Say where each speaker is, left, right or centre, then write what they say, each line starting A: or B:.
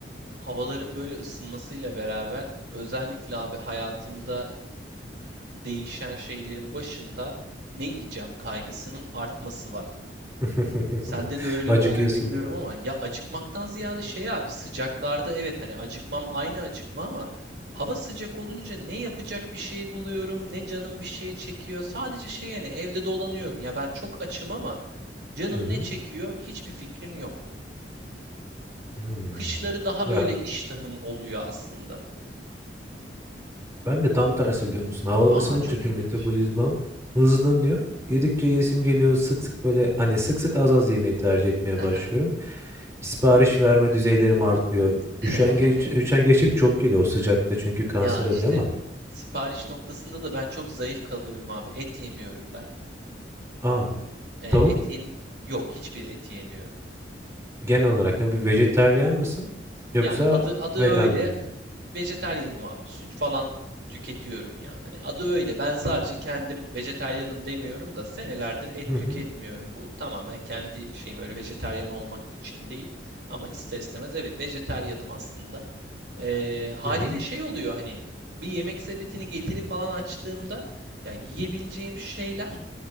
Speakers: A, on the right; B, on the right.
A: Havaların böyle ısınmasıyla beraber özellikle abi hayatımda değişen şeylerin başında ne yiyeceğim kaygısının artması var.
B: <laughs>
A: Sende de öyle
B: Acıkıyorsun
A: mi oluyor bilmiyorum
B: değil mi?
A: ama ya acıkmaktan ziyade şey abi sıcaklarda evet hani acıkmam aynı acıkma ama hava sıcak olunca ne yapacak bir şey buluyorum ne canım bir şey çekiyor. Sadece şey yani evde dolanıyorum ya ben çok açım ama canım
B: Hı hı.
A: ne çekiyor hiçbir fikrim yok.
B: Hımm.
A: Kışları daha
B: Ya,
A: böyle iştahım oluyor aslında.
B: ben de tam tersi biliyor musun? Havalar
A: Aa
B: ısındıkça
A: çok
B: çünkü
A: ilginç.
B: metabolizmam hızlanıyor. Yedikçe yiyesim geliyor. Sık sık böyle, hani, sık sık az az yemeyi tercih etmeye
A: Hı
B: başlıyorum.
A: hı.
B: Sipariş verme düzeylerim artıyor.
A: <laughs>
B: Üşengeç üşengeçlik çok geliyor o sıcakta çünkü kanser
A: Ya işte
B: oluyor ama
A: sipariş noktasında da ben çok zayıf kalıyorum abi. Et yemiyorum ben.
B: A!
A: E,
B: Tavuk
A: et yem yok hiçbir et yemiyorum.
B: genel olarak, hani, bir vejetaryen mısın
A: Yani
B: yoksa
A: adı adı
B: vegan
A: öyle.
B: mı?
A: Vejetaryenim abi. Süt falan tüketiyorum ya. Hani adı öyle. Ben sadece kendim vejetaryenim demiyorum da senelerdir et
B: Hı hı.
A: tüketmiyorum. Bu tamamen kendi şeyim öyle vejetaryen olmak için değil. Ama ister istemez evet vejetaryenim aslında. Eee, haliyle
B: Hı hı.
A: şey oluyor hani bir yemek sepetini getiri falan açtığımda ya yiyebileceğim şeyler